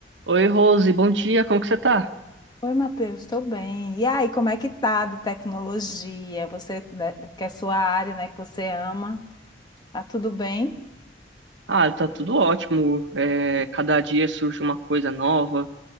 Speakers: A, on the right; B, on the left.
A: Oi, Rose, bom dia, como que você tá?
B: Oi, Matheus, estou bem. E aí, como é que tá de tecnologia? Você, né, que é sua área, né, que você ama, tá tudo bem?
A: Ah, tá tudo ótimo. É, cada dia surge uma coisa nova,